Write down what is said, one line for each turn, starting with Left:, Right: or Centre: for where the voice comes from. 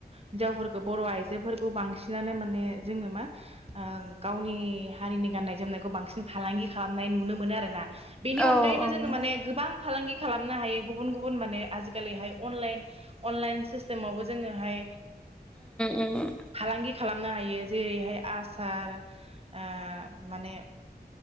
Right: हिनजावफोर बर' आइजोफोरखौ बांसिनानो माने जोङो मा ओ गावनि हारिनि गाननाय जोमनायखौ बांसिन फालांगि खालामनाय नुनो मोनो आरोना बेनि
Centre: औ
Right: अनगायैबो
Centre: औ उम
Right: जोङो माने गोबां फालांगि खालामनो हायो गुबुन गुबुन माने आजिखालिहाय अनलाइन अनलाइन सिस्टेमावबो जोङोहाय
Centre: उम
Right: फालांगि खालाम खालामनो हायो जेरैहाय आसार ओ माने